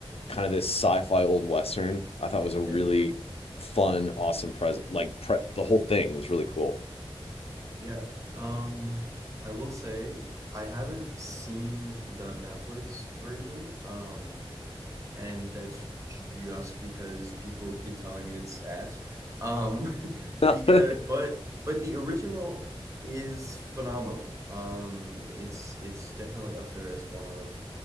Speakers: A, on the left; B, on the right.
A: kind of this sci-fi old western. I thought it was a really
B: Yeah.
A: fun, awesome present. Like pre- the whole thing was really cool.
B: Yeah. Um, I will say I haven't seen the Netflix version. Um, and that's just because people keep telling me it's ass. Um, <laughs>
A: <laughs>
B: because but but the original is phenomenal. Um, it's it's definitely up there as one of